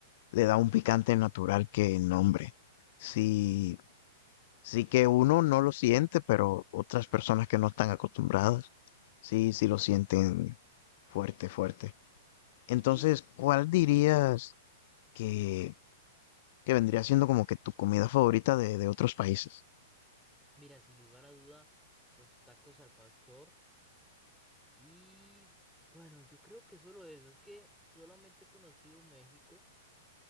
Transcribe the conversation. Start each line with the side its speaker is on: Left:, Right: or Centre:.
Left: le da un picante natural que nombre. Sí, sí que uno no lo siente, pero otras personas que no están acostumbradas, sí, sí lo sienten fuerte, fuerte. Entonces,
Centre: Sí,
Left: ¿cuál dirías que, que vendría siendo como que tu comida favorita de, de otros países?
Centre: mira, sin lugar a duda, los tacos al pastor y bueno, yo creo que solo eso, es que solamente he conocido México,